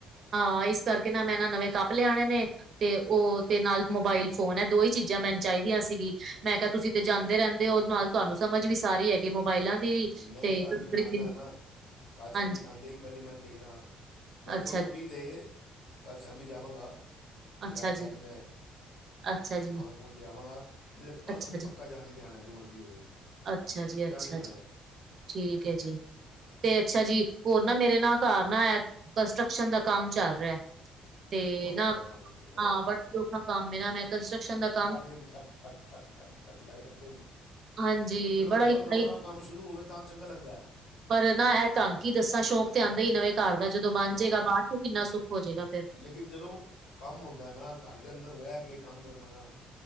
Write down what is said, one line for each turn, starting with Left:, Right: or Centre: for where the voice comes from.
Right: ਹਾਂ, ਇਸ ਕਰਕੇ ਨਾ, ਮੈਂ ਨਾ ਨਵੇਂ ਕੱਪ ਲਿਆਣੇ ਨੇ। ਤੇ ਉਹ ਤੇ ਨਾਲ ਮੋਬਾਇਲ ਫੋਨ ਹੈ, ਦੋ ਹੀ ਚੀਜ਼ਾਂ ਮੈਨੂੰ ਚਾਹੀਦੀਆਂ ਸੀਗੀ। ਮੈਂ ਕਿਹਾ ਤੁਸੀਂ ਤੇ ਜਾਂਦੇ ਰਹਿੰਦੇ ਹੋ ਨਾਲ। ਤੁਹਾਨੂੰ ਸਮਝ ਵੀ ਸਾਰੀ ਹੈਗੀ ਮੋਬਾਇਲਾਂ ਦੀ ਵੀ
Left: ਮੈਂ
Right: ਤੇ
Left: ਕੱਲ੍ਹ
Right: ਕੰਪਿਊਟਰ
Left: ਜਿਵੇਂ ਆਨਾ
Right: ਦੀ ਵੀ।
Left: ਨਾ, ਕੱਲ੍ਹ ਸ਼ਾਮੀ
Right: ਹਾਂਜੀ,
Left: ਆਂਦੇ ਹੀ। ਪਹਿਲੇ ਮੈਂ ਦੇਖਦਾ, ਵੈਸੇ
Right: ਅੱਛਾ
Left: ਮੈਨੂੰ
Right: ਜੀ,
Left: ਉਮੀਦ ਹੈ। ਕੱਲ੍ਹ ਸ਼ਾਮੀ ਜਾਵਾਂਗਾ। ਬਜ਼ਾਰ
Right: ਅੱਛਾ ਜੀ,
Left: ਜਾ ਕੇ ਮੈ
Right: ਅੱਛਾ ਜੀ,
Left: ਸਮਾਨ ਓਹ, ਲਿਆਵਾਂਗਾ ਤੇ ਪਰਸੋ
Right: ਅੱਛਾ
Left: ਤੇ
Right: ਜੀ।
Left: ਪੱਕਾ ਜਾਣਾ ਹੀ ਜਾਣਾ। ਜੋਂ ਮਰਜ਼ੀ ਹੋਵੇ,
Right: ਅੱਛਾ ਜੀ,
Left: ਜਾਣਾ
Right: ਅੱਛਾ
Left: ਹੀ ਪੈਣਾ।
Right: ਜੀ, ਠੀਕ ਹੈ ਜੀ। ਤੇ ਅੱਛਾ ਜੀ, ਹੋਰ ਨਾ ਮੇਰੇ ਨਾਲ ਘਰ ਨਾ ਹੈ ਕੰਸਟਰਕਸ਼ਨ ਦਾ ਕੰਮ ਚੱਲ ਰਿਹਾ। ਤੇ
Left: ਬੜਾ
Right: ਨਾ
Left: ਔਖਾ ਕੰਮ ਹੈ ਬਈ
Right: ਹਾਂ,
Left: ਔਖਾ
Right: ਬੜਾ
Left: ਕੰਮ
Right: ਸੌਖਾ ਕੰਮ ਏ ਨਾ ਮੈਂ ਕੰਸਟਰਕਸ਼ਨ ਦਾ ਕੰਮ
Left: ਠੱਕ -ਠਕ - ਠਕ -ਠਕ- ਠਕ ਲਾਈ ਰੱਖਦੇ ਨੇ,
Right: ਹਾਂਜੀ,
Left: ਜਦੋਂ
Right: ਬੜਾ
Left: - ਜਦੋਂ
Right: ਹੀ
Left: ਨਵਾਂ - ਨਵਾਂ ਕੰਮ ਸ਼ੁਰੂ ਹੋਵੇ ਤਾਂ ਚੰਗਾ ਲੱਗਦਾ ਹੈ।
Right: ਪਰ ਨਾ, ਇਹ ਤੁਹਾਨੂ ਕੀ ਦੱਸਾਂ। ਸ਼ੌਂਕ ਤੇ ਆਉਂਦਾ ਹੀ ਨਵੇਂ ਘਰ ਦਾ। ਜਦੋਂ ਬਣ
Left: ਹਾਂ
Right: ਜਾਏਗਾ ਬਾਅਦ 'ਚ ਕਿੰਨਾ ਸੁੱਖ ਹੋ ਜਾਏਗਾ ਫ਼ਿਰ।
Left: ਲੇਕਿਨ ਜਦੋਂ ਕੰਮ ਹੁੰਦਾ ਨਾ, ਘਰ ਦੇ ਅੰਦਰ ਰਹਿ ਕੇ ਕੰਮ ਕਰੂੰਗਾ।